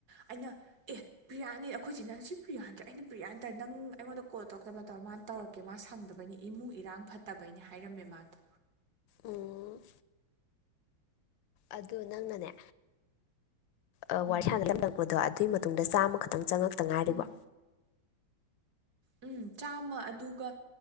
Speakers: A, on the right; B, on the left.
A: ꯑꯩꯅ ꯑꯦ ꯄ꯭ꯔꯤꯌꯥꯅꯦ ꯑꯩꯈꯣꯏꯁꯤ ꯅꯪ ꯁꯤ ꯄ꯭ꯔꯤꯌꯥ ꯍꯥꯏꯟꯇ꯭ꯔꯦ ꯑꯩꯅ ꯄ꯭ꯔꯤꯌꯥꯟꯇꯥꯔꯦ ꯅꯪ ꯑꯩꯉꯣꯟꯗ ꯀꯣꯜ ꯇꯧꯔꯛꯇꯕ ꯇꯧꯔ ꯃꯥꯅ ꯇꯧꯔꯛꯀꯦ ꯃꯥ ꯁꯪꯗꯕꯅꯤ ꯏꯃꯨꯡ ꯏꯔꯥꯡ ꯐꯠꯇꯕꯩꯅꯦ ꯍꯥꯏꯔꯝꯃꯦ ꯃꯥꯗꯣ
B: ꯑꯣ ꯑꯗꯨ ꯅꯪꯅꯅꯦ ꯑ
A: ꯎꯝ
B: ꯋꯥꯔꯁꯗꯂꯔꯕꯣ ꯑꯗꯨ ꯑꯗꯨꯏ ꯃꯇꯨꯡꯗ ꯆꯥꯝꯃꯈꯛ ꯈꯤꯇꯪ ꯆꯪꯉꯛꯇ ꯉꯥꯏꯔꯤꯕ
A: ꯎꯝ ꯎꯝ ꯆꯥꯝꯃ ꯑꯗꯨꯒ